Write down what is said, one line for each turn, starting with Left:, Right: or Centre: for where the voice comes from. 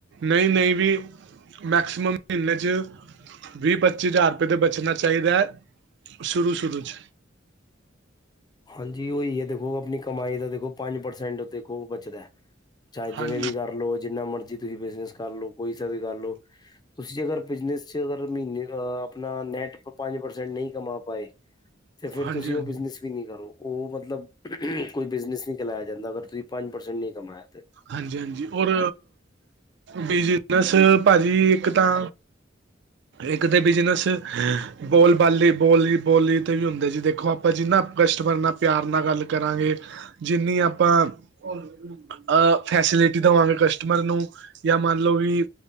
Right: ਨਹੀਂ ਨਹੀਂ ਵੀ ਮੈਕਸਿਮਮ ਮਹੀਨੇ 'ਚ ਵੀਹ ਪੱਚੀ ਹਜ਼ਾਰ ਰੁਪਏ ਤੋਂ ਬਚਨਾ ਚਾਹੀਦਾ ਸ਼ੁਰੂ ਸ਼ੁਰੂ ਚ
Left: ਹਾਂਜੀ ਉਹੀ ਹੈ ਦੇਖੋ ਅਪਨੀ ਕਮਾਈ ਦਾ ਦੇਖੋ ਪੰਜ ਪਰਸੈਂਟ ਦੇਖੋ ਬਚਦਾ ਚਾਹੇ ਜਿਵੇਂ
Right: ਹਾਂਜੀ
Left: ਵੀ ਕਰ ਲੋ ਜਿੰਨਾ ਮਰਜ਼ੀ ਤੁਸੀਂ ਬਿਜਨਸ ਕਰ ਲਓ ਕੋਈ ਸਾ ਵੀ ਕਰ ਲਓ ਤੁਸੀ ਅਗਰ ਬਿਜਨਸ ਚ' ਅਗਰ ਮਹੀਨੇ ਦਾ ਆਪਨਾ ਨੈਟ ਪੰਜ ਪਰਸੈਂਟ ਨਹੀਂ ਕਮਾ ਪਾਏ ਤੇ ਫਿਰ
Right: ਹਾਂਜੀ
Left: ਤੁਸੀਂ
Right: ਹਾਂਜੀ
Left: ਉਹ ਬਿਜਨਸ ਵੀ ਨਹੀਂ ਕਰੋ ਉਹ ਮਤਲਬ ਕੋਈ ਬਿਜਨਸ ਨਹੀਂ ਚਲਾਇਆ ਜਾਂਦਾ ਅਗਰ ਤੁਸੀਂ ਪੰਜ ਪਰਸੈਂਟ ਨਹੀਂ ਕਮਾਇਆ ਤੇ
Right: ਹਾਂਜੀ ਹਾਂਜੀ ਔਰ ਬਿਜਨਸ ਭਾਜੀ ਇੱਕ ਤਾਂ ਇੱਕ ਤੇ ਬਿਜ਼ਨਸ ਬੋਲਬਾਲੇ ਬੋਲੀ ਬੋਲੀ ਤੇ ਵੀ ਹੁੰਦੇ ਜੀ ਦੇਖੋ ਆਪਾਂ ਜਿੰਨਾ ਕਸਟਮਰ ਨਾਲ ਪਿਆਰ ਨਾਲ ਗੱਲ ਕਰਾਂਗੇ ਜਿੰਨੀ ਆਪਾਂ ਅ ਫੈਸਿਲਿਟੀ ਦੇਵਾਂਗੇ ਕਸਟਮਰ ਨੂੰ ਜਾਂ ਮੰਨ ਲਓ ਵੀ